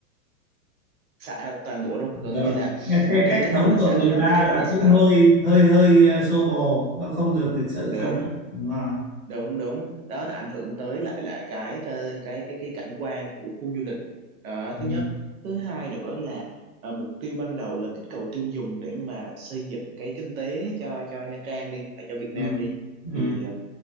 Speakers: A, on the right; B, in the centre.
A: xả toàn bộ luôn gần
B: Rồi.
A: như là
B: Nhưng mà Cái
A: đi
B: cách
A: tới
B: sống
A: đâu là
B: của
A: xả
B: người
A: tới đó
B: ta
A: đi tới đâu
B: là
A: là xả
B: cũng
A: tới đó
B: hơi hơi hơi à, xô bồ, nó không được lịch sự
A: đúng
B: cho. Đúng rồi.
A: đúng đúng đó nó ảnh hưởng tới lại là cái cái cái cái, cái cảnh quan của khu du lịch đó
B: Ừ,
A: thứ nhất thứ hai nữa là ờ, mục tiêu ban đầu là kích cầu tiêu dùng để mà xây dựng cái kinh tế cho cho Nha Trang đi và cho Việt
B: ừ,
A: Nam đi
B: ừ,
A: thì